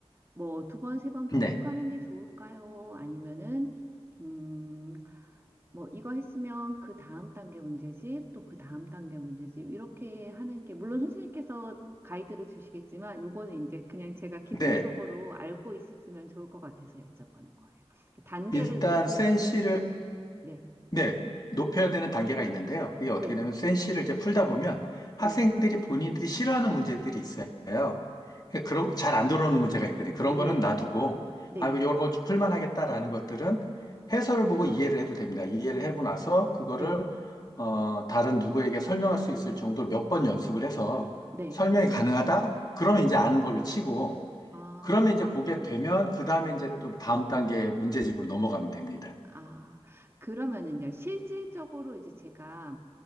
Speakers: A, on the right (about 25°); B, on the left (about 40°).
A: 뭐 두 번, 세 번 반복하는
B: 네,
A: 게 좋을까요? 아니면은, 음, 뭐 이거 했으면 그 다음 단계 문제집, 또 그 다음 단계 문제집, 이렇게 하는 게, 물론 선생님께서 가이드를 주시겠지만, 요거는 이제 그냥 제가 기본적으로
B: 네.
A: 알고 있으면 좋을 것 같아서 여쭤보는 거예요. 단계를
B: 일단
A: 높이는
B: 센시를
A: 게 좋을까요? 네,
B: 네, 높여야 되는 단계가 있는데요. 그게 어떻게
A: 네,
B: 되냐면 센시를 이제 풀다 보면 학생들이
A: 네,
B: 본인들이 싫어하는 문제들이 있어요. 그러니까 그런 잘 안 들어오는 문제가 있거든요. 그런
A: 네,
B: 거는 놔두고
A: 네,
B: 아, 이런 거 좀 풀만 하겠다라는 것들은 해설을 보고 이해를 해도 됩니다. 이해를 하고 나서 그거를
A: 네,
B: 어, 다른 누구에게 설명할 수 있을 정도로 몇 번 연습을 해서
A: 네,
B: 설명이 가능하다? 그러면
A: 네.
B: 이제 아는 걸로 치고
A: 아,
B: 그러면 이제 그게 되면 그 다음에 이제 또 다음 단계 문제집으로 넘어가면 됩니다.
A: 아, 그러면은요, 실질적으로 이제 제가,